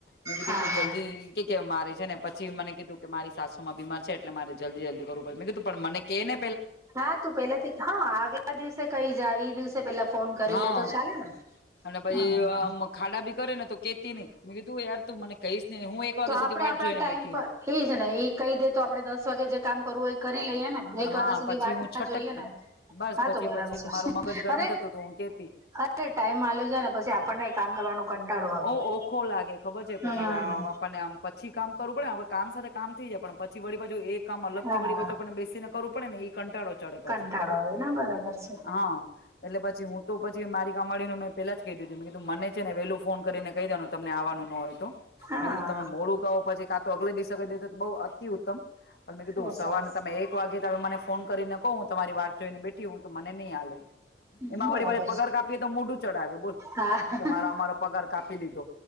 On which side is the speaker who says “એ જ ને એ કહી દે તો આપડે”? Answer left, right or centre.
Right